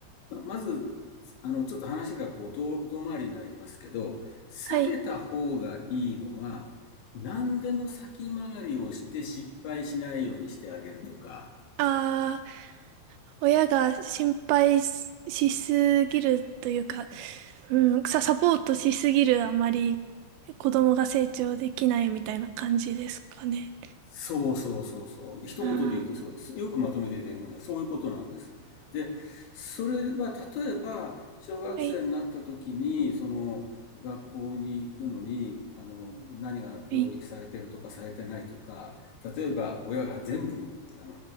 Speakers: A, on the left; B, on the right.
A: ままず、あの、ちょっと話がこう、遠遠回りになりますけど、避けた方がいいのは、
B: はい。
A: 何でも先回りをして失敗しないようにしてあげるとか、
B: ああ、親が心配し、しすぎるというか、うん、さ、サポートしすぎるあまり子供が成長できないみたいな感じですかね。
A: そうそうそうそう。一言で言うとそうです。
B: ああ、
A: よくまとめて出てきました。そういうことなんです。で、それは例えば、小学生になった時に、
B: はい、
A: その、学校に行くのに、あの、何が用意されてるとかされてないとか、
B: はい。
A: 例えば親が全部、あの、